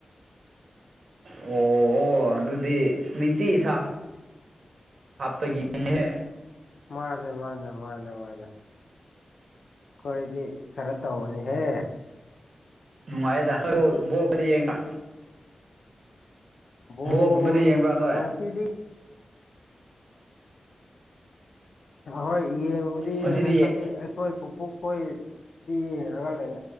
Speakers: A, on the right; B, on the left.
A: ꯑꯣ ꯑꯗꯨꯗꯤ ꯅꯨꯡꯇꯤ ꯁꯥ ꯍꯥꯞꯇ ꯌꯦ ꯍ
B: ꯃꯥꯅꯦ ꯃꯥꯅꯦ ꯃꯥꯅꯦ ꯃꯥꯅꯦ ꯑꯩꯈꯣꯏꯗꯤ ꯈꯔ ꯇꯧꯕꯅꯤꯍꯦ
A: ꯅꯨꯡꯉꯥꯏꯌꯦꯗ ꯍ ꯕꯣꯛꯄꯗꯤ ꯌꯦꯡꯕ
B: ꯕꯣꯜ
A: <unintelligible> ꯀꯨꯝꯗꯗꯤ ꯌꯦꯡꯕ꯭ꯔꯥꯗ
B: ꯉꯁꯤꯗꯤ ꯍꯍꯣꯏ ꯌꯦꯡꯉꯨꯗꯤ
A: ꯉꯁꯤꯗꯤ
B: ꯌꯦꯡꯉꯦ ꯍꯧꯖꯤꯛ ꯑꯩꯈꯣꯏ ꯄꯨꯄꯨ ꯍꯣꯏꯗꯤ ꯌꯦꯡꯉꯒ ꯂꯩ